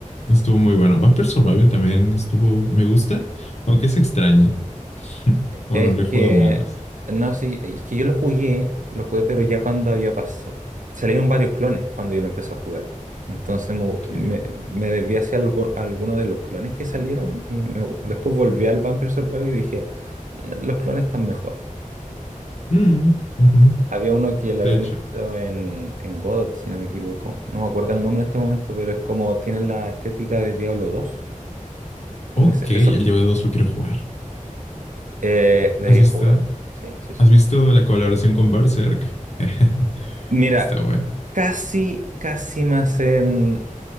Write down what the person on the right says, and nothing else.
Es
que,
no sé, es que yo lo jugué, lo jugué, pero ya cuando había pasado, salieron varios clones cuando yo lo empecé a jugar. Entonces me,
me, me desvié hacia algo- alguno de los clones que salieron y me- después volví al Vampire Survivor y dije, "Mm, los clones están mejor.
Había uno que lo
habían
hecho en, en Godot, si no me equivoco. No me acuerdo el nombre en este momento, pero es como tienen la estética de Diablo dos Como
ese,
esos
eh, debería
jugar. Sí, sí, sí.
Mira,
Casi, casi me hacen